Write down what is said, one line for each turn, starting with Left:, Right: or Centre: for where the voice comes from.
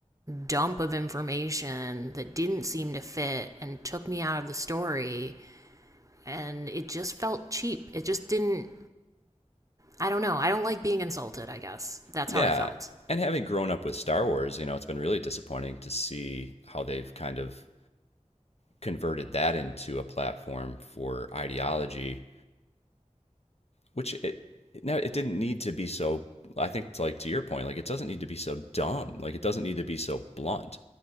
Right: dump of information that didn't seem to fit and took me out of the story, and it just felt cheap. It just didn't. I don't know. I don't like being insulted. I guess that's
Left: Yeah.
Right: how I felt.
Left: And having grown up with Star Wars, you know, it's been really disappointing to see how they've kind of converted that into a platform for ideology which it it no, it didn't need to be so. I think like to your point, like it doesn't need to be so dumb. Like it doesn't need to be so blunt.